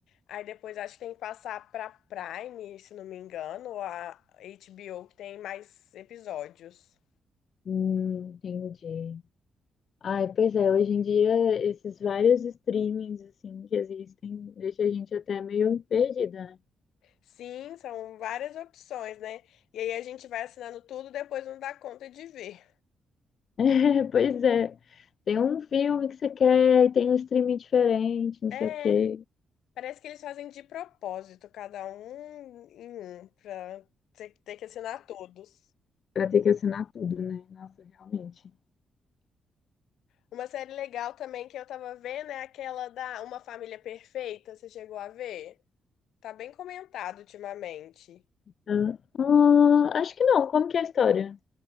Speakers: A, on the left; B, on the left.
A: Aí depois acho que tem que passar pra Prime, se não me engano, ou a HBO que tem mais episódios.
B: Hum, entendi. Ai, pois é, hoje em dia esses vários streamings assim que existem deixa a gente até meio perdida, né?
A: Sim, são várias opções, né? E aí a gente vai assinando tudo, depois não dá conta de ver.
B: <laughs> É, Pois é. Tem um filme que você quer e tem um streaming diferente, não
A: É,
B: sei o quê.
A: Parece que eles fazem de propósito, cada um em um, pra ter, ter que assinar todos.
B: Pra ter que assinar tudo, né? Nossa, realmente.
A: Uma série legal também que eu tava vendo é aquela da Uma Família Perfeita, você chegou a ver? Tá bem comentado ultimamente.
B: Ah, ah, acho que não. Como que é a história?